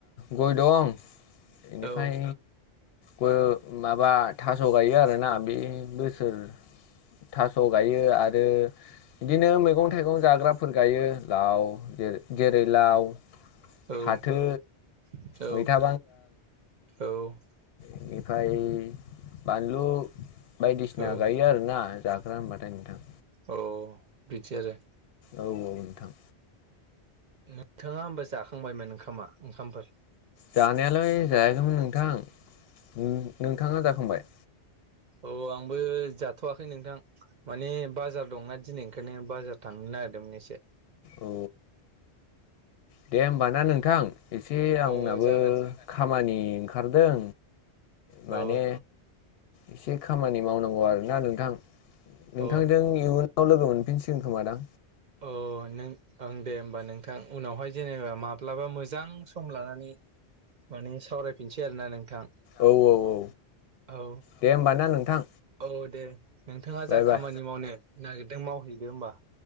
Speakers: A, on the left; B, on the right.
A: गय दं बेनिफाय
B: औ
A: गय माबा थास' गायो आरो ना। बे बोसोर थास' गायो आरो बिदिनो मैगं थाइगं जाग्राफोर गायो लाव जेरै जेरै लाव।
B: औ औ
A: फाथो मैथा
B: औ।
A: बेनिफाय बानलु बायदिसिना
B: औ
A: गायो आरो ना। जाग्रा होनबाथाय नोंथां।
B: औ बिदि आरो
A: औ औ नोंथां।
B: नोंथाङा होमबा जाखांबायमोन ओंखामा ओंखामफोर?
A: जानायालाय जायाखैमोन नोंथां। नोंथाङा जाखांबाय?
B: अ आंबो जाथ'वाखै नोंथां माने बाजार दंना दिनै ओंखायनो बाजार थांनो ना गिरदोंमोन एसे।
A: औ दे होमबा ना नोंथां। एसे आंनाबो
B: औ जागोन
A: खामानि ओंखारदों। माने
B: औ
A: एसे खामानि मावनांगौ आरो ना नोंथां। नोंथांजों
B: औ
A: इयुनाव लोगो मोनफिनसिगोन खोमा दां?
B: अ नों ओं दे होमबा नोंथां उनावहाय जेनेबा माब्लाबा मोजां सम लानानै माने सावरायफिनसै आरो ना नों थां
A: औ औ औ
B: औ
A: दे होमबा ना नोंथां
B: औ दे। नोंथाङा
A: बाय
B: जा
A: बाय
B: खामानि मावनो नागिरदों मावहैदो होमबा।